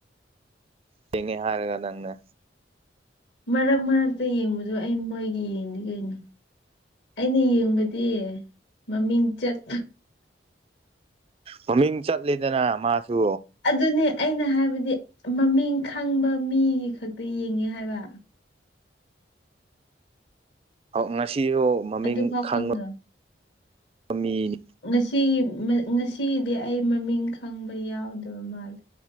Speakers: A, on the right; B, on the left.
A: ꯊꯦꯉꯦ ꯍꯥꯏꯔꯒ ꯅꯪꯅꯥ
B: ꯃꯔꯛ ꯃꯔꯛꯇ ꯌꯦꯡꯕꯗ ꯑꯩ ꯃꯣꯏꯒꯤ ꯌꯦꯡꯗꯤ ꯀꯩꯅꯣ ꯑꯩꯅ ꯌꯦꯡꯕꯗꯤ ꯃꯃꯤꯡ ꯆꯠ
A: ꯃꯃꯤꯡ ꯆꯠꯂꯤꯗꯅ ꯃꯥꯁꯨ
B: ꯑꯗꯨꯅꯦ ꯑꯩꯅ ꯍꯥꯏꯕꯗꯤ ꯃꯃꯤꯡ ꯈꯪꯕ ꯃꯤ ꯈꯛꯇ ꯌꯦꯡꯉꯦ ꯍꯥꯏꯕ
A: ꯉꯁꯤꯁꯨ ꯃꯃꯤꯡ
B: ꯑꯗꯨ ꯐꯥꯎꯈꯪꯗ
A: ꯈꯪꯕ ꯃꯤꯅꯤ
B: ꯉꯁꯤꯒꯤ ꯉꯁꯤꯒꯤꯗꯤ ꯑꯩ ꯃꯃꯤꯡ ꯈꯪꯕ ꯌꯥꯎꯗꯕ ꯃꯥꯜꯂꯦ